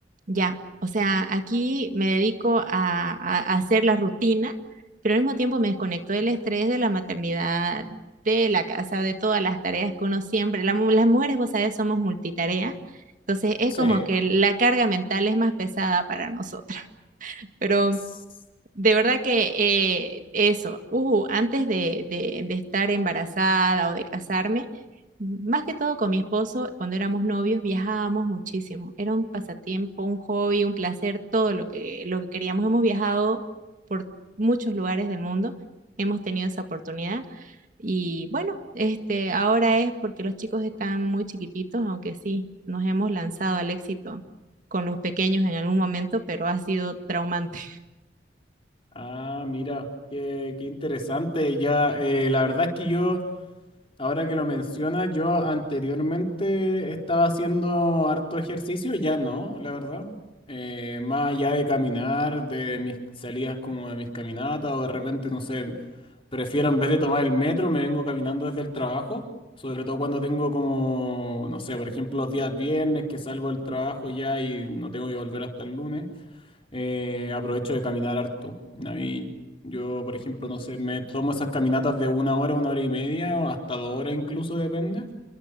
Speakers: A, on the right; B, on the left.
A: ya, o sea, aquí me dedico a, a- a hacer la rutina, pero al mismo tiempo me desconecto del estrés de la maternidad, de la casa, de todas las tareas que uno siempre, la mu- las mujeres, vos sabés, somos multitareas. Entonces es
B: Sí.
A: como que la carga mental es más pesada para nosotras. Pero
B: Tss.
A: de verdad que eh, eso, uh, antes de, de, de estar embarazada o de casarme, más que todo con mi esposo, cuando éramos novios, viajábamos muchísimo. Era un pasatiempo, un hobby, un placer, todo lo que, lo que queríamos. Hemos viajado por muchos lugares del mundo, hemos tenido esa oportunidad. Y bueno, este, ahora es porque los chicos están muy chiquititos, aunque sí, nos hemos lanzado al éxito con los pequeños en algún momento, pero ha sido traumante.
B: Ah, mira, qué, qué interesante. Ya, eh, la verdad es que yo... Ahora que lo mencionas, yo anteriormente estaba haciendo harto ejercicio, ya no, la verdad. Eh, más allá de caminar, de mis salidas como de mis caminatas, o de repente, no sé, prefiero en vez de tomar el metro, me vengo caminando desde el trabajo, sobre todo cuando tengo como, no sé, por ejemplo, los días viernes que salgo del trabajo ya y no tengo que volver hasta el lunes eh, aprovecho de caminar harto. A mí, yo, por ejemplo, no sé, me tomo esas caminatas de una hora, una hora y media, o hasta dos horas incluso, depende,